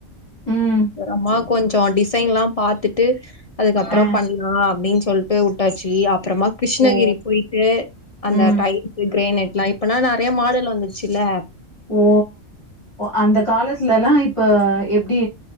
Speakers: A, on the left; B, on the left.
A: ம்
B: ஒரு அம்மாக் கொஞ்ச டிசைன்லா பாத்துட்டு அதுக்கப்புறோ
A: ஆ
B: பண் அப்டின்னு சொல்ட்டு உட்டாச்சு அப்பறமா கிருஷ்ணகிரி
A: ஓ
B: போய்ட்டு அந்த
A: ம்
B: டைம் கிரேனட் லா இப்பா நறைய மாடல் வந்துருச்சு இல்ல
A: ஓ அந்த காலத்துலல்லா இப்ப எப்டி